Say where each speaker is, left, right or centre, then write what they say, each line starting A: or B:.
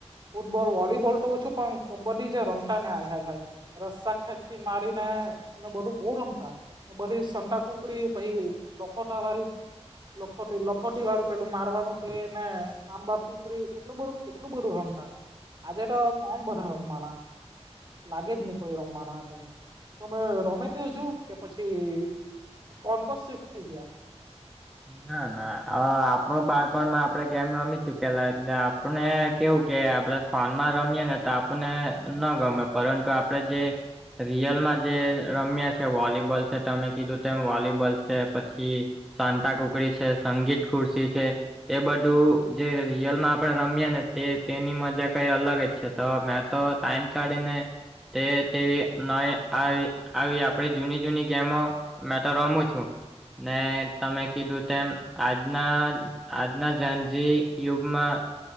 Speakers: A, on the right (about 45°); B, in the centre.
A: ફૂટબોલ, વોલીબોલ તો ઓછું, પણ કબડ્ડી જે રમતાને, આઈ હાઈ હાઈ. રસ્સા ખેચતી મારીને, એને બધું બહુ રમતા. એ બધી સંતા કુકરી પછી લોખોટા વાળી લખોટી લખોટી વાળું પેલું મારવાનું તેને આંબા પીપરી એટલું બધું કેટલું બધું રમતા આજે તો કોણ બધા રમવાના લાગે જ નહીં કોઈ રમવાનાં હતા. તોમે રમે કયો હજુ, કે પછી ફોન પર સ્વિફ્ટ થઈ ગયા?
B: ના, ના આપણું બાળપણમાં આપડે ગેમ રમી ચુકેલા એટલે આપ પણે ને કેવું કે આપણે ફોનમાં રમીએ નેતો આપણને ન ગમે પરંતુ આપડે જે રિયલમાં જે રમ્યા છે વોલીબોલ છે તમે કીધું તેમ વોલીબોલ છે પછી શાતા કુકડી છે સંગીત ખુરશી છે એ બધું જે રિયલમાં આપડણે રમીયે ને તે તેની મજા કઈ અલગ જ છે તો મેં તો ટાઈમ કાઢીને તે તેવી નવી આવી આવી આપડી જૂની જૂની ગેમો મેં તો રમું છું ને તમે કીધું તેમ આજના આજના જેન જી યુગમાં